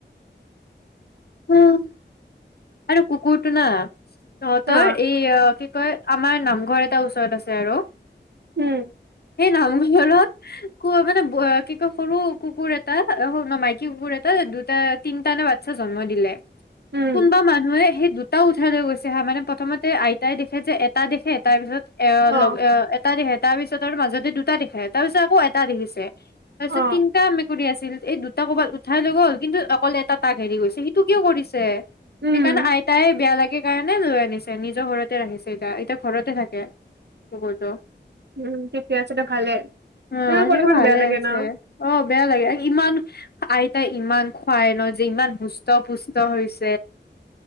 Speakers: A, on the left; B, on the right.
A: <unintelligible> আৰু কুকুৰটো না। তহঁতৰ
B: অ
A: এই অ, কি কয়, আমাৰ নামঘৰ এটা ওচৰত আছে আৰু।
B: উম।
A: সেই নামঘৰত ক মানে কি কয় সৰু কুকুৰ এটা <unintelligible> মাইকী কুকুৰ এটা দুটা তিনটাানে বাচ্ছা জন্ম দিলে।
B: উম
A: কোনোবা মানুহে সেই দুটাও উঠাই লৈ গৈছে হা মানে প্ৰথমতে আইতাই দেখে যে এটা দেখে এটাৰ পিছত
B: অ
A: <unintelligible> তাৰপিছত আৰু মাজতে দুটা দেখে, তাৰ পিছত আকৌ এটা দেখিছে। তা পিছত
B: অ
A: তিনিটা মেকুৰী আছ <unintelligible> এই দুটা কৰ'বাত উঠাই লৈ গ'ল। কিন্তু, অকলে এটা তাক এৰি গৈছে, সেইটো কিয় কৰিছে?
B: উম
A: সেইকাৰণে, আইতাইে বেয়া লাগে সেই কাৰণে লৈ আনিছে। নিজৰ ঘৰতে ৰাখিছে এতিয়া, এতিয়া ঘৰতে থাকে কুকুৰটো।
B: উম, থিকেই আছে দে ভালেই,
A: অ সেনেকে
B: পৰিমান
A: ভালে
B: বেয়া লাগে
A: আছে
B: ন।
A: অ বেয়া লাগে, ইমান আইতাই ইমান খুৱাই ন যে ইমান সুস্থ পুষ্ট হৈছে